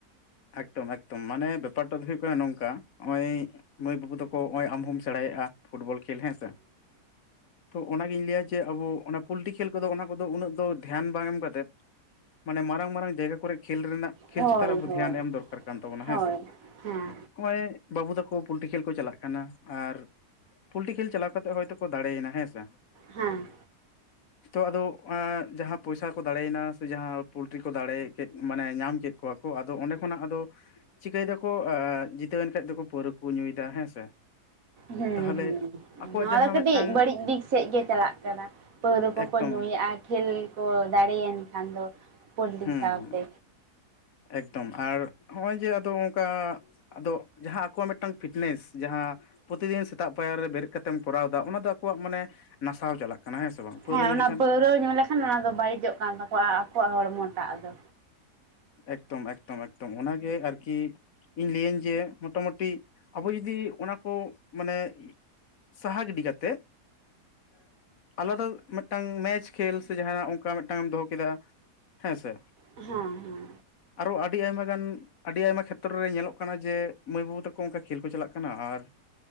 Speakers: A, on the left; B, on the right.
A: ᱮᱠᱫᱚᱢ ᱮᱠᱫᱚᱢ ᱢᱟᱱᱮ ᱵᱮᱯᱟᱨ ᱴᱟᱜ ᱫᱚ ᱦᱩᱭᱩᱜ ᱠᱟᱱᱟ ᱱᱚᱝᱠᱟ ᱱᱚᱜᱼᱚᱭ ᱢᱟᱹᱭ ᱵᱟᱹᱵᱩ ᱛᱟᱠᱚ ᱱᱚᱜᱼᱚᱭ ᱟᱢ ᱦᱚᱢ ᱥᱮᱬᱟᱭᱮᱜᱼᱟ ᱯᱷᱩᱴᱵᱚᱞ ᱠᱷᱮᱞ ᱦᱮᱸ ᱥᱮ ᱛᱚ ᱚᱱᱟᱜᱤᱧ ᱞᱟᱹᱭᱟ ᱡᱮ ᱟᱵᱚ ᱚᱱᱟ ᱯᱩᱞᱴᱤ ᱠᱷᱮᱞ ᱠᱚᱫᱚ ᱚᱱᱟ ᱠᱚᱫᱚ ᱩᱱᱟᱹᱜ ᱫᱚ ᱫᱷᱮᱭᱟᱱ ᱵᱟᱝ ᱮᱢ ᱠᱟᱛᱮᱫ ᱢᱟᱱᱮ ᱢᱟᱨᱟᱝ ᱢᱟᱨᱟᱝ ᱡᱟᱭᱜᱟ ᱠᱚᱨᱮ ᱠᱷᱮᱞ ᱨᱮᱱᱟᱜ ᱠᱷᱮᱞ
B: ᱦᱳᱭ
A: ᱪᱮᱛᱟᱱ ᱨᱮ ᱟᱵᱚ
B: ᱦᱳᱭ
A: ᱫᱷᱮᱭᱟᱱ ᱮᱢ ᱫᱚᱨᱠᱟᱨ ᱠᱟᱱ ᱛᱟᱵᱚᱱᱟ ᱦᱮᱸ
B: ᱦᱳᱭ
A: ᱥᱮ
B: ᱦᱮᱸ
A: ᱱᱚᱜᱼᱚᱭ ᱵᱟᱹᱵᱩ ᱛᱟᱠᱚ ᱯᱚᱞᱴᱤ ᱠᱷᱮᱞ ᱠᱚ ᱪᱟᱞᱟᱜ ᱠᱟᱱᱟ ᱟᱨ ᱯᱩᱞᱴᱤ ᱠᱷᱮᱞ ᱪᱟᱞᱟᱣ ᱠᱟᱛᱮ ᱦᱚᱭᱛᱳ ᱠᱚ ᱫᱟᱲᱮᱭᱱᱟ ᱦᱮᱸ ᱥᱮ᱾
B: ᱦᱮᱸ
A: <inaudible> ᱛᱚ ᱟᱫᱚ ᱡᱟᱦᱟᱸ ᱯᱚᱭᱥᱟ ᱠᱚ ᱫᱟᱲᱮᱭᱱᱟ ᱥᱮ ᱡᱟᱦᱟᱸ ᱯᱚᱞᱴᱨᱤ ᱠᱚ ᱫᱟᱲᱮ ᱠᱮᱫ ᱢᱟᱱᱮ ᱧᱟᱢ ᱠᱮᱫ ᱠᱚᱣᱟ ᱠᱚᱺ ᱟᱫᱚ ᱚᱸᱰᱮ ᱠᱷᱚᱱᱟᱜ ᱟᱫᱚ ᱪᱤᱠᱟᱹᱭ ᱫᱟᱠᱚ ᱡᱤᱛᱟᱹᱣᱮᱱ ᱠᱷᱟᱡ ᱫᱚᱠᱚ ᱯᱟᱹᱣᱨᱟᱹ ᱠᱚ ᱧᱩᱭᱫᱟ ᱦᱮᱸ ᱥᱮ᱾
B: ᱦᱮᱸ
A: ᱛᱟᱦᱚᱞᱮ
B: ᱦᱮᱸ
A: ᱟᱠᱚᱣᱟᱜ
B: ᱱᱚᱣᱟ
A: ᱡᱟᱦᱟᱸ
B: ᱫᱚ ᱠᱟᱹᱴᱤᱡ
A: ᱢᱤᱫᱴᱟᱝ
B: ᱵᱟᱹᱲᱤᱡ ᱫᱤᱠ ᱥᱮᱫ ᱜᱮ ᱪᱟᱞᱟᱜ ᱠᱟᱱᱟ ᱯᱟᱹᱣᱨᱟᱹ ᱠᱚᱠᱚ
A: ᱮᱠᱫᱚᱢ
B: ᱧᱩᱭᱮᱜᱼᱟ᱾ ᱠᱷᱮᱞ ᱠᱚ ᱫᱟᱲᱮᱭᱮᱱ ᱠᱷᱟᱱ ᱫᱚ ᱯᱳᱞᱴᱤ
A: ᱦᱩᱸ
B: ᱥᱟᱶᱛᱮ
A: ᱦᱩᱸ ᱮᱠᱫᱚᱢ ᱟᱨ ᱱᱚᱜᱼᱚᱭ ᱡᱮ ᱟᱫᱚ ᱚᱱᱠᱟ ᱟᱫᱚ ᱡᱟᱦᱟᱸ ᱟᱠᱚᱣᱟᱜ ᱢᱤᱫᱴᱟᱝ ᱯᱷᱤᱴᱱᱮᱥ ᱡᱟᱦᱟᱸ ᱯᱨᱚᱛᱤᱫᱤᱱ ᱥᱮᱛᱟᱜ ᱯᱟᱭᱟᱨ ᱨᱮ ᱵᱮᱨᱮᱫ ᱠᱟᱛᱮᱢ ᱠᱚᱨᱟᱣ ᱮᱫᱟ ᱚᱱᱟ ᱫᱚ ᱟᱠᱚᱣᱟᱜ ᱢᱟᱱᱮ ᱱᱟᱥᱟᱣ ᱪᱟᱞᱟᱜ ᱠᱟᱱᱟ ᱦᱮᱸ ᱥᱮ ᱵᱟᱝ ᱯᱟᱹᱣᱨᱟᱹ
B: ᱦᱮᱸ
A: ᱧᱩ
B: ᱚᱱᱟ
A: ᱞᱮᱠᱷᱟᱱ
B: ᱯᱟᱹᱣᱨᱟᱹ ᱧᱩ ᱞᱮᱠᱷᱟᱱ ᱚᱱᱟ ᱫᱚ ᱵᱟᱹᱲᱤᱡᱚᱜ ᱠᱟᱱ ᱛᱟᱠᱚᱣᱟ ᱟᱠᱚᱣᱟᱜ ᱦᱚᱲᱢᱚ ᱴᱟᱜ ᱫᱚ
A: ᱮᱠᱫᱚᱢ ᱮᱠᱫᱚᱢ ᱮᱠᱫᱚᱢ ᱚᱱᱟᱜᱮ ᱟᱨᱠᱤ, ᱤᱧ ᱞᱟᱹᱭᱟᱹᱧ ᱡᱮ ᱢᱳᱚᱴᱟᱢᱳᱴᱤ ᱟᱵᱚ ᱡᱩᱫᱤ ᱚᱱᱟ ᱠᱚ ᱢᱟᱱᱮ ᱥᱟᱦᱟ ᱜᱤᱰᱤ ᱠᱟᱛᱮ ᱟᱞᱟᱫᱟ ᱢᱮᱫᱴᱟᱝ ᱢᱮᱪ ᱠᱷᱮᱞ ᱥᱮ ᱡᱟᱦᱟᱸᱱᱟᱜ ᱚᱱᱠᱟ ᱢᱮᱫᱴᱟᱝ ᱮᱢ ᱫᱚᱦᱚ ᱠᱮᱫᱟ᱾ ᱦᱮᱸ ᱥᱮ
B: ᱦᱮᱸ ᱦᱮᱸ
A: ᱟᱨᱚ ᱟᱹᱰᱤ ᱟᱭᱢᱟ ᱜᱟᱱ ᱟᱹᱰᱤ ᱟᱭᱢᱟ ᱠᱷᱮᱛᱨᱚ ᱨᱮ ᱧᱮᱞᱚᱜ ᱠᱟᱱᱟ ᱡᱮ ᱢᱟᱹᱭ ᱵᱟᱹᱵᱩ ᱛᱟᱠᱚ ᱚᱱᱠᱟ ᱠᱷᱮᱞ ᱠᱚ ᱪᱟᱞᱟᱜ ᱠᱟᱱᱟ ᱟᱨ